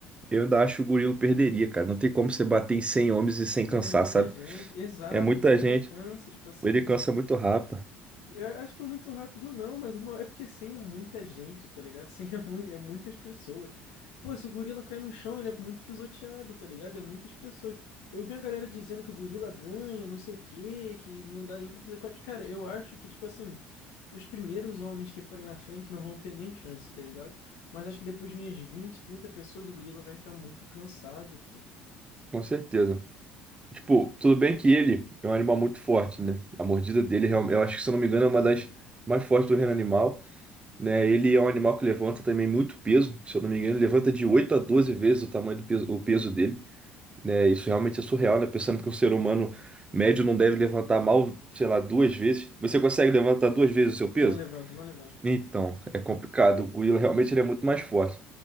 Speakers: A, on the right; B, on the left.
A: eu ainda acho que o gorila perderia, cara. Não tem como você bater em 100 homens e sem cansar,
B: É muita
A: sabe?
B: gente. Exato,
A: É muita
B: o gorila
A: gente,
B: cansa, tipo assim,
A: ele cansa muito rápido,
B: Eu acho que é muito rápido, não, mas uma... é porque 100 é muita gente, tá ligado? <laughs> 100 é, mui- é muitas pessoas. Pô, se o gorila cai no chão, ele é muito pisoteado, tá ligado? É muitas pessoas. Eu vi a galera dizendo que o gorila ganha, não sei o quê, que não dá nem pra fazer corte. Cara, eu acho que, tipo assim, os primeiros homens que forem na frente não vão ter nem chance, tá ligado? Mas acho que depois de umas 20, 30 pessoas, o gorila vai estar muito cansado, pô.
A: com certeza. Tipo, tudo bem que ele é um animal muito forte, né? A mordida dele, é real- eu acho que, se eu não me engano, é uma das mais fortes do reino animal. né? Ele é um animal que levanta também muito peso, se eu não me engano, ele levanta de 8 a 12 vezes o tamanho do peso, o peso dele, né? Isso realmente é surreal, né? Pensando que um ser humano médio não deve levantar mal, sei lá, duas vezes. Você consegue levantar duas vezes o seu peso?
B: Não levanta, não levanta.
A: Então, é complicado. O gorila realmente ele é muito mais forte,